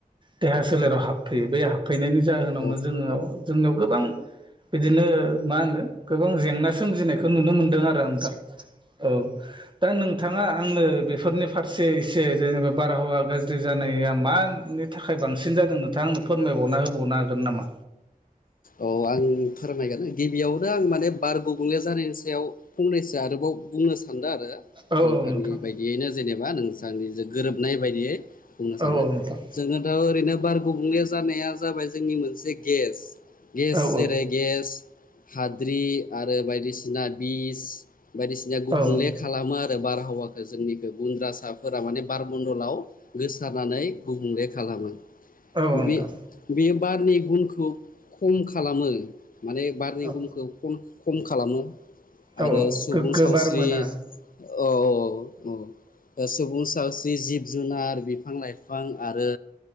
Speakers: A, on the right; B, on the left.
A: देहा सोलेराव हाबफैयो बे हाबफैनायनि जाहोनावनो
B: औ
A: जोङो जोंनियाव गोबां बिदिनो मा होनदों गोबां जेंना सोमजिनाय बखौ नुनो मोनदों आरो नोंथां औ दा नोंथाङा आङो बेफोरनि फारसे एसे जेनेबा बार बारहावा गाज्रि जानाया मानि थाखाय बांसिन जादों नोंथाङां आंनो फोरमायबावना होबावनो हागोन नामा
B: औ आं फोरमायगोन गिबियावनो आं माने बार गुबुंले जानायनि सायाव फंनैसो आरोबाव बुंनो सानदों आरो
A: औ
B: नोंथांनि
A: नोंथां
B: बायदियैनो जेनेबा नोंथांनि जो गोरोबनाय बायदियै बुंनो
A: औ
B: सानो
A: नोंथां
B: जोङो दा ओरैनो बार गुबुंले जानाया जाबाय जोंनि मोनसे गेस गेस
A: औ
B: जेरै गेस हाद्रि आरो बायदिसिना बिस बायदिसिना गुबुंले
A: औ औ
B: खालामो रो बारहावाखौ जोंनिखौ गुन्द्रासाफोरा माने बारमन्दलाव गोसारनानै गुबुंले खालामो
A: औ औ नोंथां
B: बे बे बारनि गुनखौ खम खालामो। माने बारनि
A: औ
B: गुमखौ खम खालामो।
A: औ
B: आरो सुबुं
A: गोग्गो
B: सावस्रि
A: बार मोना
B: औ औ सुबुं सावस्रि जिब जुनार बिफां लाइफां आरो